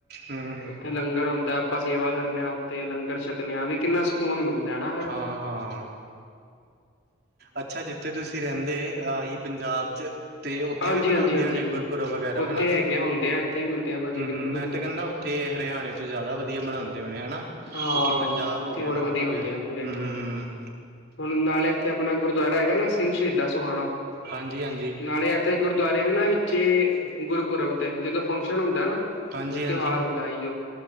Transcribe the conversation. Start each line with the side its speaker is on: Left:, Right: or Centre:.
Right: ਹਮਮ।
Left: ਉੱਥੇ ਲੰਗਰ ਹੁੰਦਾ ਆਪਾਂ ਸੇਵਾ ਕਰਨੇ ਹਾਂ ਉੱਥੇ ਲੰਗ ਛਕਦੇ ਹਾਂ ਵੀ ਕਿੰਨਾ ਸਕੂਨ ਮਿਲਦਾ ਨਾ ਫਿਰ।
Right: ਹਾਂ-ਹਾਂ। ਅੱਛਾ ਜਿਥੇ ਤੁਸੀਂ ਰਹਿੰਦੇ ਆ ਈ ਪੰਜਾਬ 'ਚ ਤੇ ਉਥੇ
Left: ਹਾਂਜੀ
Right: ਵੀ ਮਨਾਂਦੇ
Left: ਹਾਂਜੀ ਹਾਂਜੀ
Right: ਹੋਣੇ ਗੁਰਪੁਰਬ ਵਗੈਰਾ
Left: ਉੱਥੇ
Right: ਹਨਾ ਹੂੰ-ਹੂੰ
Left: ਹੈਗੇ ਹੁੰਦੇ ਆ ਇੱਥੇ ਵੀ ਹੁੰਦੇ ਆ ਭਾਜੀ ਬਿਲਕੁਲ
Right: ਮੈਂ
Left: ਹੁੰਦੇ
Right: ਤੇ ਕਹਿੰਦਾ
Left: ਆ
Right: ਤੇ ਹਰਿਆਣੇ ਤੋਂ ਜ਼ਿਆਦਾ ਵਧੀਆ ਬਣਾਂਦੇ ਹੋਣੇ ਹਨਾ।
Left: ਹਾਂ
Right: ਬਾਕੀ ਪੰਜਾਬ
Left: ਇੱਥੇ
Right: ਹੋ ਗਿਆ
Left: ਹੋਰ
Right: ਨਾ
Left: ਵਧੀਆ
Right: ਉਹ ਤਾਂ ਫੇਿਰ
Left: ਹੁੰਦੇ ਆ ਪੂਰੇ
Right: ਹਮ ਹਮ
Left: ਹਾਂ।
Right: ਹਮ ਹਮ।
Left: ਹੁਣ ਨਾਲੇ ਇਥੇ ਆਪਣਾ ਗੁਰਦੁਆਰਾ ਹੈਗਾ ਨਾ ਸਿੰਘ ਸ਼ਹੀਦਾ ਸੋਵਾਣਾ।
Right: ਹਾਂਜੀ-ਹਾਂਜੀ।
Left: ਨਾਲੇ ਇਥੇ ਗੁਰਦੁਆਰੇ ਵੀ ਨਾ ਵਿੱਚੇ ਗੁਰਪੁਰਬ ਤੇ ਜਦੋਂ ਫੰਕਸ਼ਨ ਹੁੰਦਾ ਨਾ।
Right: ਹਾਂਜੀ ਹਾਂਜੀ
Left: ਤਿਉਹਾਰ ਹੁੰਦਾ ਈ ਉਹ